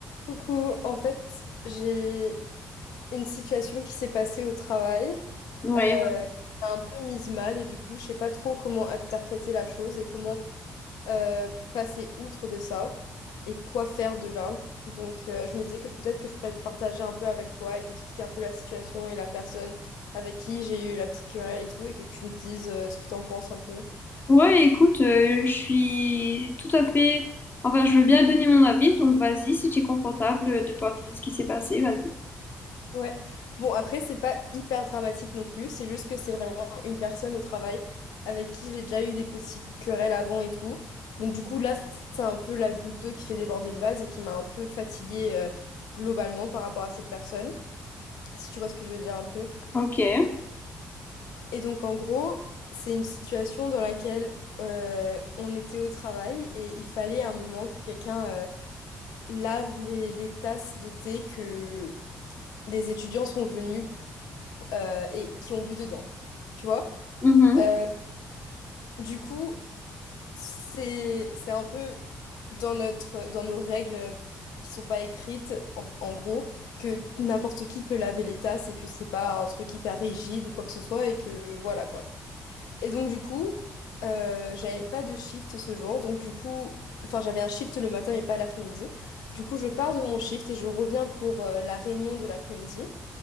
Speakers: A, on the left; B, on the left.
A: Coucou, en fait, j'ai une situation qui s'est passée au travail,
B: Ouais,
A: euh,
B: voilà.
A: un peu mise mal et du coup, je sais pas trop comment interpréter la chose et comment euh, passer outre de ça et quoi faire de là. Donc, euh, je me disais que peut-être que je pourrais partager un peu avec toi et t'expliquer un peu la situation et la personne avec qui j'ai eu la petite querelle et tout et que tu me dises euh, ce que t'en penses un peu.
B: ouais, écoute, euh, je suis tout à fait. Enfin, je veux bien donner mon avis, donc vas-y, si tu es confortable euh, de parler de ce qui s'est passé, vas-y.
A: Ouais. Bon, après, c'est pas hyper dramatique non plus. C'est juste que c'est vraiment une personne au travail avec qui j'ai déjà eu des petites querelles avant et tout. Donc, du coup, là, c'est un peu la goutte d'eau qui fait déborder le vase et qui m'a un peu fatiguée euh, globalement par rapport à cette personne, si tu vois ce que je veux dire un peu.
B: Ok.
A: Et donc, en gros, c'est une situation dans laquelle euh, on était au travail et il fallait à un moment que quelqu'un euh, lave les, les tasses de thé que des étudiants sont venus euh, et qui ont bu dedans. Tu vois?
B: Mhm.
A: Euh, du coup, c'est c'est un peu dans notre dans nos règles qui sont pas écrites en, en gros que n'importe qui peut laver les tasses et que c'est pas un truc hyper rigide ou quoi que ce soit et que voilà quoi. Et donc du coup, euh, j'avais pas de shift ce jour, donc du coup, enfin j'avais un shift le matin et pas l'après-midi. Du coup, je pars de mon shift et je reviens pour euh, la réunion de l'après-midi.